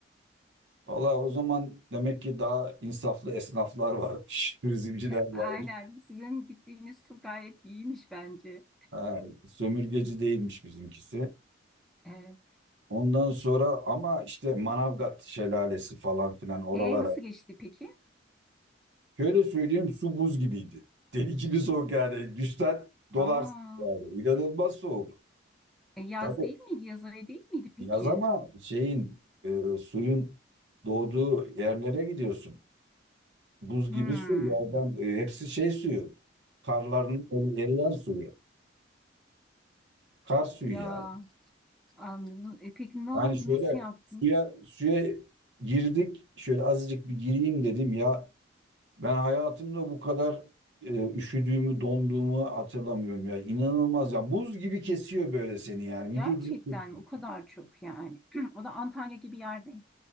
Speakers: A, on the right; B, in the centre.
A: Valla o zaman demek ki daha insaflı esnaflar varmış, <laughs> turizmciler varmış.
B: Aynen. Sizin gittiğiniz tur gayet iyiymiş bence.
A: Ha, sömürgeci değilmiş bizimkisi.
B: Evet.
A: Ondan sonra ama işte Manavgat şelalesi falan filan oralara.
B: E nasıl geçti peki?
A: Şöyle söyleyeyim su buz gibiydi. <laughs> Deli gibi soğuk yani. Düşsen dolarsın
B: Aa,
A: yani. İnanılmaz soğuk.
B: e, yaz
A: Tabii
B: değil miydi? Yaz ayı değil miydi peki?
A: yaz ama şeyin e, suyun doğduğu yerlere gidiyorsun. Buz
B: Hmm,
A: gibi su yerden e, hepsi şey suyu. Karların eriyen suyu. Kar suyu
B: ya
A: yani.
B: anladım. E, peki ne oldu?
A: Yani şöyle
B: Nasıl yaptınız?
A: suya suya girdik. Şöyle azıcık bir gireyim dedim ya. Ben hayatımda bu kadar e, üşüdüğümü, donduğumu hatırlamıyorum ya. İnanılmaz ya. Buz gibi kesiyor böyle seni yani.
B: Gerçekten
A: Vücudunu kesiyor.
B: o kadar çok yani. <clears throat> O da Antalya gibi yerde.